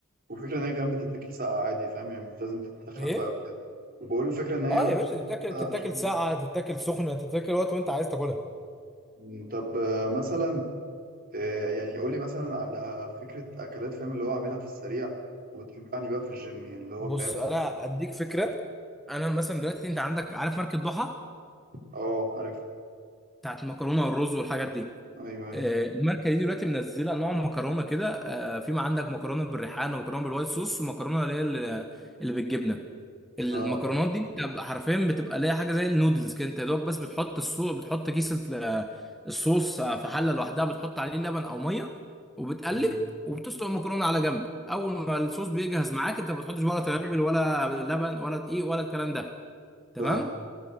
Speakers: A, on the right; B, in the centre.
A: وفكره ان هي كمان بتتاكل ساقعه عادي فاهم يعني مش لازم تتخن
B: ايه
A: بقى وكده وبقول الفكره ان هي
B: اه يا
A: بتتاكل
B: باشا تتاكل
A: ساقعه
B: تتاكل
A: مش لازم
B: ساقعه
A: تتخن
B: تتاكل سخنه تتاكل وقت ما انت عايز تاكلها
A: أمم، طب آه، مثلا آه، يعني قول لي مثلا على فكره اكلات فاهم اللي هو اعملها في السريع وتنفعني بقى في الجيم يعني اللي هو
B: بص
A: فاهم
B: انا اديك فكره انا مثلا دلوقتي انت عندك عارف ماركه ضحى
A: اه عارف
B: بتاعت المكرونه والرز والحاجات دي
A: ايوه ايوه
B: آه، الماركه دي دلوقتي منزله انواع مكرونه كده آه، في ما عندك مكرونه بالريحان ومكرونه بالوايت صوص ومكرونه اللي هي ال- اللي بالجبنه المكرونات
A: لا
B: دي انت بقى حرفيا بتبقى ليها حاجه زي النودلز كده انت يا دوبك بس بتحط الصوص بتحط كيسه ل- الصوص آه، في حله لوحدها بتحط عليه لبن او ميه وبتقلب
A: أمم،
B: وبتسلق المكرونه على جنب اول ما الصوص بيجهز معاك انت ما بتحطش ولا توابل ولا لبن ولا دقيق ولا الكلام ده تمام
A: فاهم